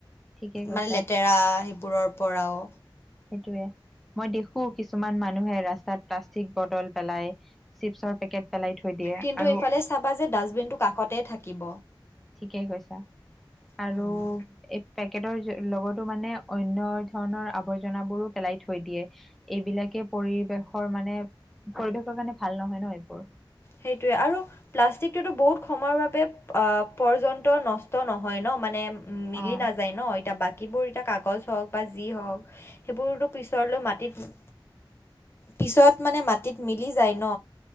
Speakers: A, in the centre; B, on the left.
A: ঠিকে কৈছা
B: মানে লেতেৰা সেইবোৰৰ পৰাও।
A: সেইটোয়ে, মই দেখোঁ কিছুমান মানুহে ৰাস্তাত। প্লাষ্টিক বটল পেলাই চিপছৰ পেকেট পেলাই থৈ দিয়ে।
B: কিন্তু
A: আৰু
B: এইফালে চাবা যে ডাষ্টবিনটো কাষতে থাকিব।
A: ঠিকেই কৈছা,
B: উম,
A: আৰু এই পেকেটৰ লগতো মানে অন্য ধৰণৰ আৱৰ্জনাবোৰো পেলাই থৈ দিয়ে। এইবিলাকে পৰিৱেশৰ মানে, পৰিৱেশৰ কাৰণে ভাল নহয় ন এইবোৰ।
B: সেইটোৱে, আৰু প্লাষ্টিকটোতো বহুত সময়ৰ বাবে পৰ্যন্ত নষ্ট নহয় ন, মানে উম মিলি
A: অ
B: নাযায় ন। এতিয়া বাকীবোৰ এতিয়া কাগজ হওক বা যি হওক সেইবোৰতো পিছৰলৈ মাটিত পিছত মানে মাটিত মিলি যায় ন।